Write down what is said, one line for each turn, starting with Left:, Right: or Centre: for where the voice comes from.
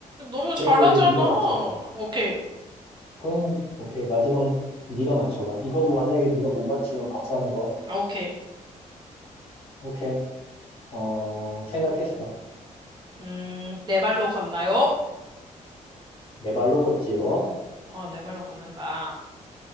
Right: 너무
Left: 그러면
Right: 잘하잖아.
Left: 이제 네가 맞춰봐.
Right: 오케이,
Left: 그러면, 오케이. 마지막 네가 맞춰봐. 이거 만약에 네가 못 맞추면 밥 사는 거.
Right: 아, 오케이.
Left: 오케이. 어, 생각했어.
Right: 음, 네 발로 걷나요?
Left: 네 발로 걷지요.
Right: 어, 네 발로 걷는다.